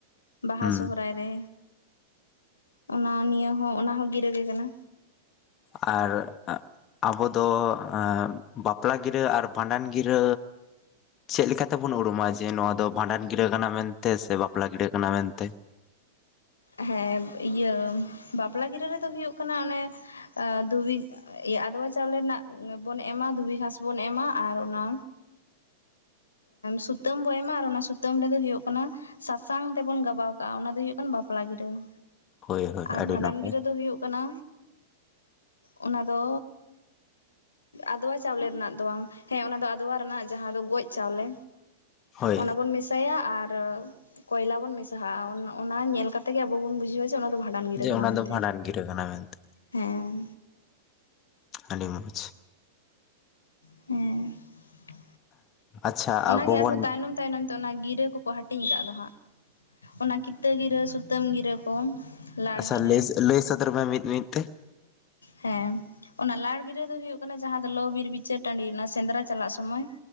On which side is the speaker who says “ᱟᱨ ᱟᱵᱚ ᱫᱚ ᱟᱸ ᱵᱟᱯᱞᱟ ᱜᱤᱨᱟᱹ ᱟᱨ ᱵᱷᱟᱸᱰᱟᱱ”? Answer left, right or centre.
Left